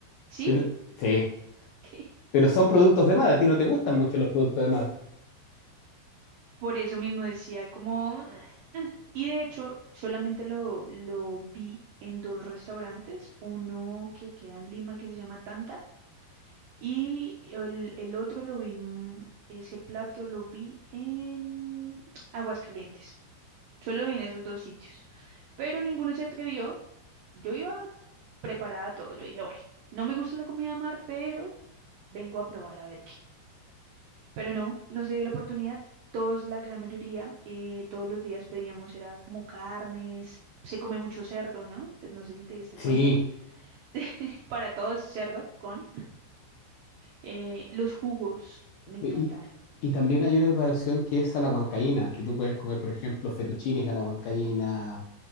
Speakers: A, on the right (about 75°); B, on the left (about 70°).
A: ¿Sí?
B: Pero,
A: <laughs>
B: sí.
A: Ok.
B: Pero son productos de mar.
A: Ese
B: A
A: que
B: ti no
A: pa-
B: te gustan mucho los productos de mar.
A: Por eso mismo decía como... "Ah". Y de hecho, solamente lo, lo vi en dos restaurantes, uno que queda en Lima que se llama Tanta Y el, el otro lo vi, mm, ese plato lo vi en Aguascalientes. Solo vi en esos dos sitios. Pero ninguno se atrevió. Yo iba preparada a todo. Yo dije, bueno, no me gusta la comida de mar, pero vengo a probar a ver qué. Pero no, no se dio la oportunidad. Todos, la gran mayoría, eh, todos los días pedíamos, era como carnes. Se come mucho cerdo, ¿no? Te- No sé si te diste cuenta.
B: Sí.
A: <laughs> Para todos, cerdo con eh, los jugos. Me encantaron.
B: Y, y también hay una preparación que es a la huancaína, que tú puedes comer, por ejemplo, fettuccines a la huancaína